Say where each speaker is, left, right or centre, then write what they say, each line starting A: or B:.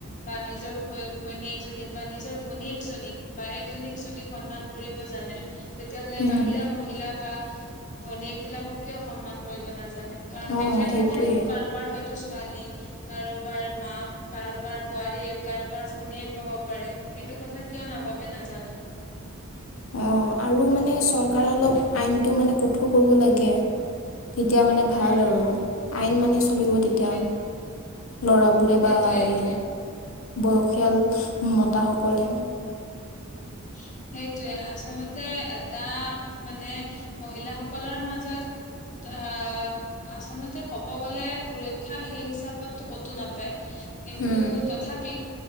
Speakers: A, on the left; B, on the left.
A: বা নিজৰ ঘৈণীজনীক বা নিজৰ ভনীয়েকজনীক, বায়েকজনীক যদি সন্মান কৰি কৰিব জানে তেতিয়াহলে
B: উম
A: বাহিৰা মহিলা বা ভনীয়েক বিলাকক কিয় সন্মান কৰিব নাজানে কাৰণ
B: অঁ
A: তেখেত
B: সেইটোৱে
A: সকলেতো কাৰোবাৰ হয়তো ছোৱালী কাৰোবাৰ মাক, কাৰোবাৰ বোৱাৰীয়েক, কাৰোবাৰ ভনীয়েক হ'ব পাৰে সেইটো কথা ক কিয় নাভাবে নাজানিম
B: অ আৰু মানে চৰকাৰে অলপ আইনটো মানে কঠোৰ কৰিব লাগে তেতিয়া মানে ভাল
A: উম
B: আৰু আইন মানে চলিব তেতিয়া।
A: সেই
B: ল'ৰাবোৰে
A: সেইটোৱে
B: বা এই বয়সীয়াল মতাসকলে
A: <unintelligible> সেইটোৱে, আচলতে এটা মানে মহিলাসকলৰ মাজত অ আচলতে ক'ব গ'লে সুৰক্ষা সেই হিচাপতটো কতো নাপায় কিন্তু
B: উম
A: তথাপি